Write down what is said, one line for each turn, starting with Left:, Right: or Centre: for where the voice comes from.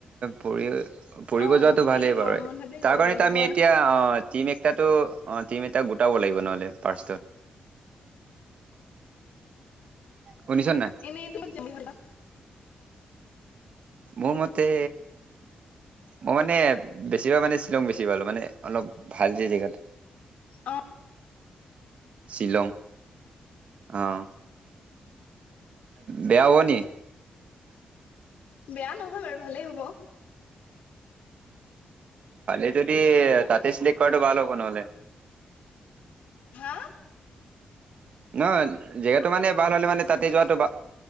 Right: পঢ় পঢ়িব
Left: অ
Right: যোৱাটো ভালেই
Left: এই
Right: বাৰু
Left: গৰম বন্ধতে যাব
Right: তাৰ কাৰণেত
Left: লাগিব
Right: আমি
Left: আৰু
Right: এতিয়া অ টিম একটাটো অ টিম এটা গোটাব লাগিব নহ'লে ফাষ্টত। শুনিছান নাই।
Left: <unintelligible>
Right: মোৰ মতে মই মানে বেছি ভাগ মানে শ্বিলং বেছি ভাল, মানে অলপ ভাল যে জেগাতো।
Left: অ
Right: শ্বিলং, অঁ। বেয়া হ'ব নি?
Left: বেয়া নহয় বাৰু ভালেই হ'ব।
Right: পালি যদি তাতে চিলেক্ট কৰাটো ভাল হ'ব নহ'লে।
Left: হা?
Right: ন, জেগাটো মানে ভাল হ'লে মানে তাতে যোৱাটো ভা